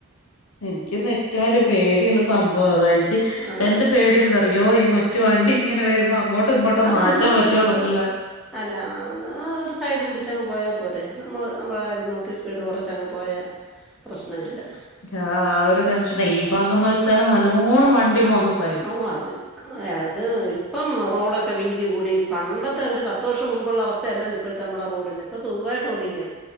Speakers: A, on the left; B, in the centre.
A: എനിക്ക് <unintelligible> പേടിള്ള സംഭവം അതാ എനിക്ക്
B: ആ
A: എന്റെ പേടി എന്താറിയോ ഈ മ മറ്റ് വണ്ടി ഇങ്ങനെ വരുമ്പോ അങ്ങോട്ടും ഇങ്ങോട്ടും മാറ്റാൻ
B: നമ്മൾക്ക്
A: പറ്റോന്നൊക്കെള്ള
B: ഒരു അല്ല അത് ആ ഒരു സൈഡ് പിട്ച്ചങ്ങ് പോയാ പോരെ നമ്മള് നമ്മളെ കാര്യം നോക്കി സ്പീഡ് കൊറച്ചങ്ങ് പോയാ പ്രശ്നം ഇല്ല്യ.
A: ആഹ് ആ ഒരു ടെൻഷന് ഈ ഭാഗംന്ന് വെച്ചാല് നല്ലോണം വണ്ടി പോക്ന്ന സ്
B: ഔ അത് അത് ഇപ്പം റോഡൊക്കെ വീതി കൂടി പണ്ടത്തെ ഒര് പത്ത് വർഷം മുമ്പ്ള്ള അവസ് ത്ത അല്ലല്ലോ ഇപ്പഴത്തെ നമ്മടെ റോഡിന് ഇപ്പൊ സുഖായിട്ട് ഓടിക്കാം